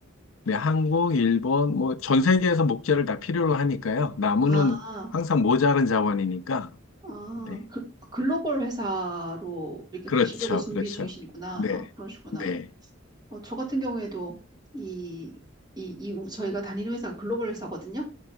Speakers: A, on the left; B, on the right.
A: 네, 한국, 일본, 뭐, 전 세계에서 목재를 다 필요로 하니까요. 나무는
B: 아,
A: 항상 모자른 자원이니까.
B: 아,
A: 네.
B: 그, 글로벌 회사로 이렇게
A: 그렇죠.
B: 가시려고 준비
A: 그렇죠.
B: 중이시구나.
A: 네.
B: 아, 그러시구나.
A: 네.
B: 어, 저 같은 경우에도 이, 이, 이, 우- 저희가 다니는 회사가 글로벌 회사거든요.